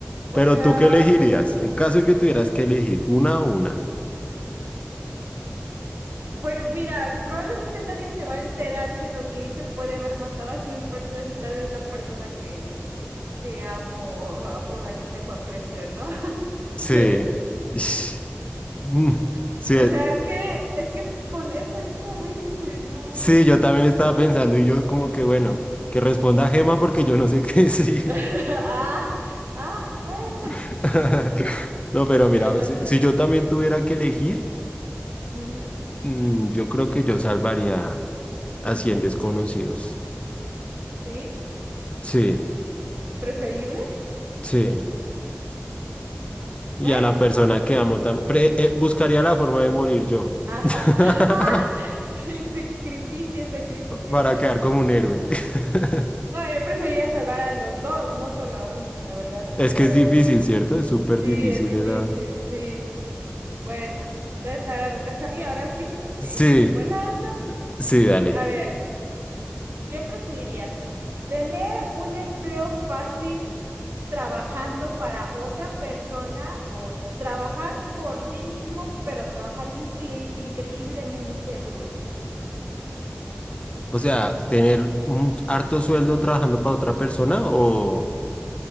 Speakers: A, on the right (about 65°); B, on the left (about 30°).
A: O
B: Pero
A: sea.
B: ¿tú qué elegirías? En caso de que tuvieras que elegir una o una.
A: Pues mira, probablemente nadie se va a enterar que lo que hice puede haber matado a 100 personas y tal vez la persona que, que amo o, a- o la que tengo aprecio, ¿no?
B: Sí.
A: <laughs>
B: Ish. Mm. Sí,
A: O sea, es que, es que por eso es como muy difícil, no.
B: Sí, yo también estaba
A: <laughs>
B: pensando y yo como que bueno, que responda Gema porque yo no sé qué decir.
A: Ah, ah, bueno,
B: <laughs> No, pero
A: bueno.
B: mira, si, si yo también tuviera que elegir,
A: ujú,
B: mm, yo creo que yo salvaría a 100 desconocidos.
A: ¿Sí?
B: Sí,
A: ¿Preferible?
B: sí. Y
A: Bueno,
B: a la persona que amo también. eh, buscaría la forma de morir yo.
A: ajá.
B: <laughs>
A: <laughs> Ah, <laughs> sacrificio, sacrificio.
B: Para quedar como un héroe. <laughs>
A: No, yo preferiría salvar a los dos, no solo a uno, la verdad.
B: Es
A: Pero
B: que es difícil, ¿cierto? Es súper
A: sí,
B: difícil
A: es difícil,
B: esa.
A: sí. Bueno, entonces ahora me toca a mí, ahora sí, porque
B: Sí,
A: ahí se me fue la onda.
B: sí, dale.
A: A ver, ¿qué preferirías? ¿Tener un empleo fácil trabajando para otra persona o trabajar por ti mismo, pero trabajar incre- increíblemente duro?
B: O sea, tener un harto sueldo trabajando para otra persona o,